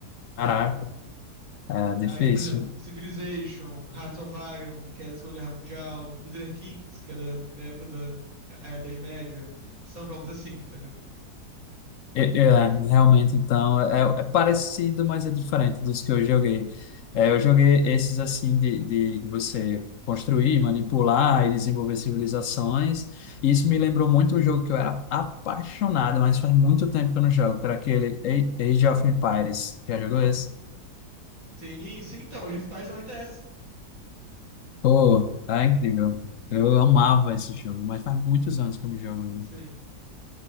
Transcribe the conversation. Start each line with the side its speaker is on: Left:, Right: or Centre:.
Left: Caraca, é difícil.
Right: Aí, por exemplo, Civilization, Hearts of Iron, que é da Segunda Guerra Mundial, Crusader Kings, que é da, da época da é, Idade Média, são jogos assim, entendeu?
Left: É, é, realmente, então, é, é parecido, mas é diferente dos que eu joguei. É, eu joguei esses assim de, de você construir, manipular e desenvolver civilizações. E isso me lembrou muito um jogo que eu era apaixonado, mas faz muito tempo que eu não jogo, que era aquele A- Age of Empires. Já jogou esse?
Right: Sim, sim, então, Age of Empires é um RTS.
Left: Pô, é incrível. Eu amava esse jogo, mas faz muitos anos que eu não jogo, eu
Right: Sim.